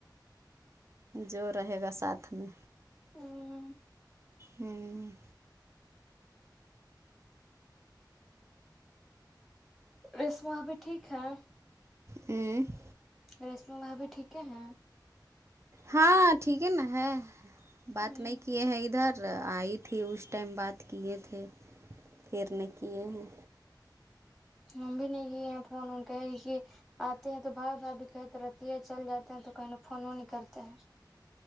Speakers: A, on the right (about 35°); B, in the centre.
A: جو رہے گا ساتھ میں
B: <unintelligible>
A: ہں
B: رسماں بھی ٹھیک ہے
A: ہو ں
B: ریشمی بھا بھی ٹھیک ہے ہیں
A: ہاں ٹھیک ہے نا ہے بات
B: ہ
A: نہیں کیے ہیں ادھر آئی تھی اس ٹائم بات کیے تھے پھر نے کیے ہیں
B: ہم بھی نہیں فون اون کے کہ آتے ہیں تو بھائی بھائی بھی کہتے رہتی ہے چل جاتے ہیں تو کہنے فون نہیں کرتے ہیں